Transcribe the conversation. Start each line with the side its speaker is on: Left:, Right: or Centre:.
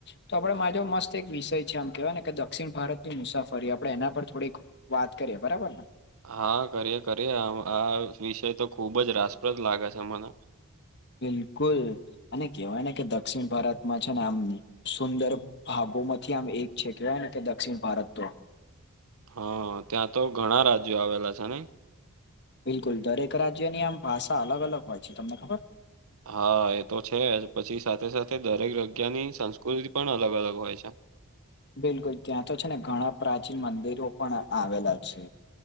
Left: તો આપડે માજો મસ્ત એક વિષય છે, આમ કહેવાય ને કે દક્ષિણ ભારતની મુસાફરી આપ પણે એના પર થોડીક વાત કરીએ. બરાબર ને?
Right: હા કરીએ, કરીએ. આમ આ વિષય તો ખુબ જ રસપ્રદ લાગે છે મને.
Left: બિલકુલ. અને કહેવાય ને કે દક્ષિણ ભારતમાં છે ને આમ સુંદર ભાગો માંથી આમ એક છે કહેવાય ને કે દક્ષિણ ભારત તો.
Right: હા ત્યાં તો ઘણા રાજ્યો આવેલા છે નહીં?
Left: બિલકુલ દરેક રાજ્યની આમ ભાષા અલગ અલગ હોય છે, તમને ખબર
Right: હા એ તો છે જ પછી સાથે સાથે દરેક જગ્યાની સંસ્કૃતિ પણ અલગ અલગ હોય છે.
Left: બિલકુલ ત્યાં તો છેને, ઘણા પ્રાચીન મંદિરો પણ આવેલા છે.